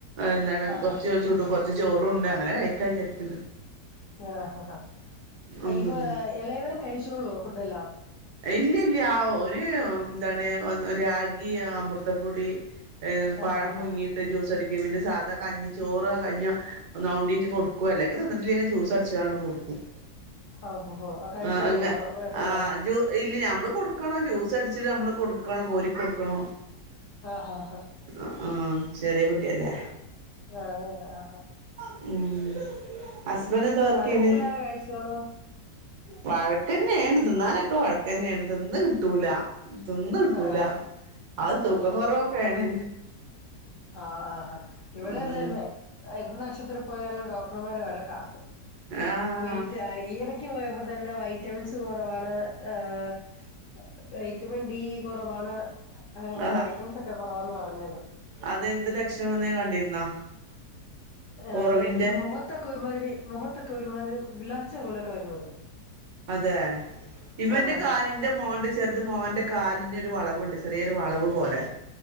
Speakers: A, on the right; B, on the left.
A: എന്താണ്
B: ആഹ്
A: കൊറച്ച് ചുടും കൊ ചോറും ഉണ്ട് അങ്ങനെ കൈക്കാന്ന് വിചാരിക്കണ്ട്.
B: വാഹഹ ആ
A: ഉം
B: ഇവ ഇളയവൻ കഴിച്ചോളോ ഫുഡ്ഡെല്ലാ
A: ഇല്ല ഇല്ല ആ ഒര് എന്താണ് രാഗി അമൃതപ്പൊടി ഏനും
B: ആഹ്
A: പഴം
B: ഹ
A: പുഴുങ്ങിയിട്ട് ജ്യൂസടി പിന്നെ സാധാ കഞ്ഞി ചോറോ കഞ്ഞ്യോ ഒന്നവണ്ടീട്ട് കൊടുക്കുവല്ലോ. അല്ലെങ്കി തിന്നില്ലെങ്കി ജ്യൂസ് അടിച്ച് ഇതങ്ങോട്ട് കൊടുക്കും.
B: ഓഹഹോ കഴിച്ചോളോ
A: ആ അങ്ങ
B: ഓ കൊഴപ്പില്ലാതെ
A: ആ ജൂ ഇല്ല. ഞമ്മള് കൊടുക്കണം. ജ്യൂസ് അടിച്ചിട്ട് നമ്മള് കൊടുക്കണം. കോരി കൊടുക്കണം
B: ആഹ് ഹ
A: ആ ആ ചെറിയ കു ട്ട്യല്ലേ.
B: ആ ഹെ ആഹാ
A: ഉം ഹസ്ബൻഡ് എന്താ വർക്ക്
B: വഴക്കില്ലാതെ
A: ചെയ്യണ്
B: കഴിച്ചോളോ?
A: വഴക്ക് തന്നെയാണ് തിന്നാനൊക്കെ വഴ തന്നെയാണ് ഇതൊന്നും കിട്ടൂല തിന്ന് കിട്ടൂല
B: ആഹ്
A: അത് തൂക്കം
B: ഹ
A: കുറവൊക്കെയാണ്
B: ആഹ് ആഹ് ആഹ് ഇവിടെ
A: ഉം
B: അത് തന്നെ എന്ന് ആശുപത്രി പോയാലും ഡോക്ട ഇവള് മാരെ വഴക്കാ
A: ആഹ്
B: വെയിറ്റ് ആഹ് ഈ എടയ്ക്ക് ക്ക് പോയപ്പോ തന്നെ വൈറ്റമിൻസ് കുറവാണ് ആഹ് വൈറ്റമിൻ ഡി കുറവാണ് കൊറേ
A: ആഹ്
B: വൈറ്റമിൻസൊക്കെ കൊറവാന്ന് പറഞ്ഞെന്ന്
A: അതെന്ത് ലക്ഷണം നീ കണ്ടിരുന്നാ
B: ആഹ്
A: കൊറവിന്റെ
B: മുഖത്തൊക്കെ ഒരുമാതിരി മുഖത്തൊക്കെ ഒരു മാ ആദ്യം വിളർച്ച പോലൊക്കെ വരുന്നുണ്ട്
A: അതെ ഇവന്റെ
B: ആഹ്
A: കാലിന്റെ മോന്റെ ചെറുത് മോൻ്റെ കാലിന് ഒരു വളവുണ്ട് ചെറിയൊരു വളവ് പോലെ